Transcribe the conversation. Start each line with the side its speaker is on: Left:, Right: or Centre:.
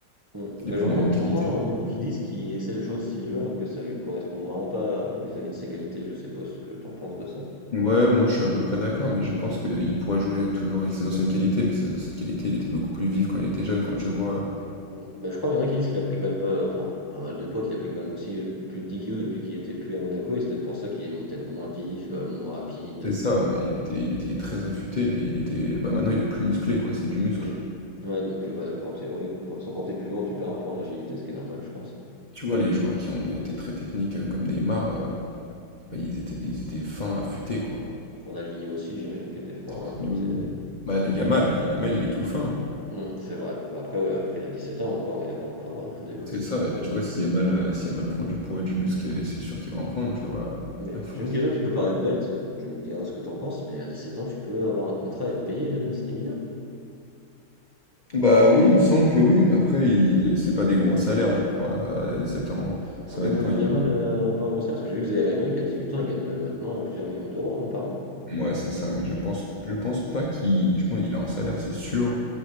Right: Mm. Bah,
Left: il a plus
Right: j'en-
Left: les mêmes
Right: j'entends
Left: qualités.
Right: beaucoup qui disent qu'il essaie de changer de style de jeu alors que ça lui correspond vraiment pas euh, vis-à-vis de ses qualités. Je sais pas ce que t'en penses de ça.
Left: Ouais, moi je suis à peu près d'accord, mais je pense qu'il pourrait jouer toujours avec ses anciennes qualités, mais ses anciennes qualités, il était beaucoup plus vif quand il était jeune, quand tu vois.
Right: Mm. Bah, je crois qu'il y en a qui disent qu'il a pris quand même pas, enfin, pas mal de poids, qu'il a pris quand même aussi euh, plus de 10 kilos depuis qu'il était plus à Monaco et c'est peut-être pour ça qu'il est mon- peut-être moins vif, euh, moins rapide,
Left: C'est
Right: euh,
Left: ça,
Right: je sais pas.
Left: ouais, il était, il était très affûté, mais il était. Bah maintenant il est plus musclé, quoi, c'est du muscle.
Right: Mm. Ouais, donc euh, bah, quand t'es, oui, de toute façon, quand t'es plus lourd, tu perds un peu en agilité, ce qui est normal, je pense.
Left: Tu vois, les joueurs qui ont été très techniques euh, comme Neymar, euh, bah, ils étaient, ils étaient fins, affûtés, quoi.
Right: Mm. Ronaldinho aussi, j'imagine qu'il était fin,
Left: Coutinho,
Right: affûté.
Left: euh, Bah, le Yamal, il est mal, il est tout fin. hein.
Right: Mm, c'est vrai. Bah, après, ouais, après, il a 17 ans encore, il a pas encore euh, développé
Left: C'est
Right: tout
Left: ça,
Right: son corps,
Left: et tu
Right: c'est
Left: vois, si Yamal, euh, si Yamal prend du poids, du muscle, euh, c'est sûr qu'il va en prendre, tu vois, euh,
Right: Mais
Left: à force.
Right: j'ai une question qui peut paraître bête, tu me diras ce que t'en penses, mais à 17 ans, tu peux avoir un contrat et être payé, même si t'es mineur.
Left: Bah oui, il me semble que oui, mais après, il... c'est pas des gros salaires, je crois, à 17 ans. Ça
Right: Ah, Même
Left: va être
Right: Lamine
Left: quand il
Right: Yamal
Left: va.
Right: euh, n'aurait pas un gros salaire, parce que j'ai vu que Zaïre Emery, qu'à huit ans, il gagne euh, maintenant euh, plusieurs millions d'euros hein, par an.
Left: Ouais, c'est ça, mais je pense, je pense pas qu'il. Je pense qu'il a un salaire, c'est sûr.